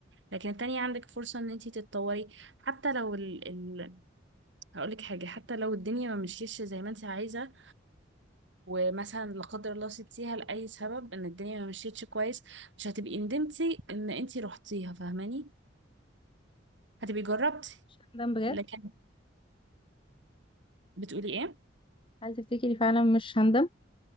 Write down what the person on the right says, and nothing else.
لكن التانية عندك فرصة ان انتي تتطوري حتى لو ال... ال... هقولك حاجة حتى لو الدنيا ما مشيتش زي ما انتي عايزة ومثلا لا قدر الله سبتيها لأي سبب ان الدنيا ما مشيتش كويس مش هتبقي ندمتي ان انتي رحتيها فاهماني هتبقي جربتي
لكن بتقولي ايه